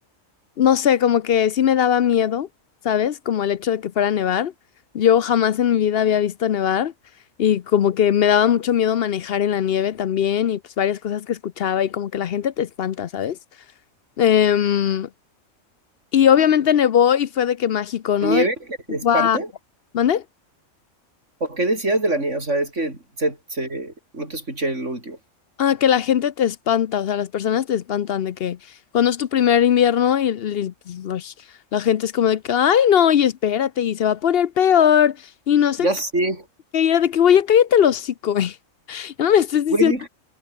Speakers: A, on the left; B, on the right.
A: no sé, como que sí me daba miedo, ¿sabes? Como el hecho de que fuera a nevar. Yo jamás en mi vida había visto nevar y como que me daba mucho miedo manejar en la nieve también y pues varias cosas que escuchaba y como que la gente te espanta, ¿sabes? Em, y obviamente nevó y fue de que mágico, ¿no?
B: ¿La nieve
A: De,
B: que te espanta?
A: wow. ¿Mande?
B: ¿O qué decías de la nieve? O sea, es que se, se, no te escuché el último.
A: Ah, que la gente te espanta, o sea, las personas te espantan de que cuando es tu primer invierno y, y, pues, ay, la gente es como de que, ay, no, y espérate, y se va a poner peor y no sé
B: Ya
A: que
B: sí,
A: era de que, güey, ya cállate el hocico, güey. <laughs> Ya no me estés diciendo.
B: güey,